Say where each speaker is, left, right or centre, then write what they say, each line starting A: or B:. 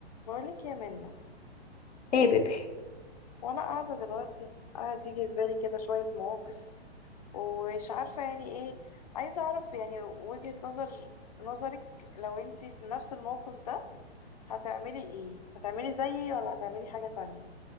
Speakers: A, on the left; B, on the left.
A: بقولك يا منة
B: ايه يا بيبي
A: وانا قاعدة دلوقتي قاعد يجي في بالي كده شوية مواقف ومش عارفة يعني ايه عايزة اعرف يعني وجهة نظر نظرك لو انتي في نفس الموقف ده هتعملي ايه هتعملي زيي ولا هتعملي حاجة تانية